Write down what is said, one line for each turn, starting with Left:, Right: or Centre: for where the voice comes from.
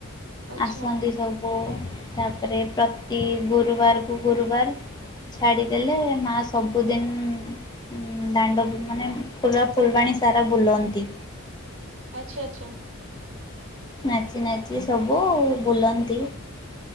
Right: ଆଚ୍ଛା
Left: ଆସନ୍ତି ସବୁ। ତାପରେ ପ୍ରତି ଗୁରୁବାରକୁ ଗୁରୁବାର ଛାଡି ଦେଲେ ମା ସବୁଦିନ ଦାଣ୍ଡ ମାନେ ପୁରା ଫୁଲବାଣୀ ସାରା ବୁଲନ୍ତି।
Right: ଆଚଛା ଆଚଛା।
Left: ନାଚି ନାଚି ସବୁ ବୁଲନ୍ତି।